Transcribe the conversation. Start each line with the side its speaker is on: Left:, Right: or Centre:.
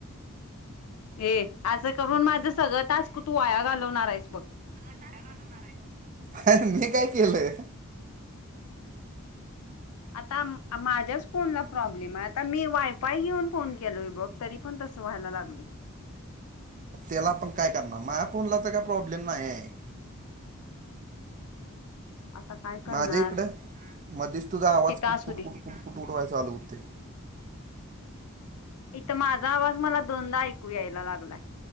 Left: ए असं करून माझं सगळं टास्क तू वाया घालवणार आहेस बघ.
Right: वाया घालवणार आहेस बघ, मी काय केलंय?
Left: आता म आ माझ्याच फोनला प्रॉब्लेम आहे आता मी वायफाय घेऊन फोन केलोय बघ तरी पण तसं व्हायला लागले.
Right: त्याला आपण काय करणार, माझ्या फोनला तर काय प्रॉब्लेम नाही.
Left: आता काय करणार
Right: आधी इकडं मध्येच तुझा आवाज
Left: तिथं
Right: कुटकुट
Left: असू दे.
Right: कुट कुट कुट कुट उडवाय चालू होते.
Left: इथं माझा आवाज मला दोनदा ऐकू यायला लागलाय.